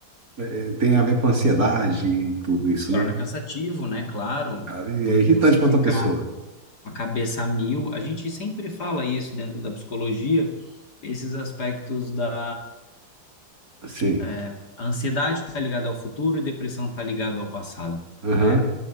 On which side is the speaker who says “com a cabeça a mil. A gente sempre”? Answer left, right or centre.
Left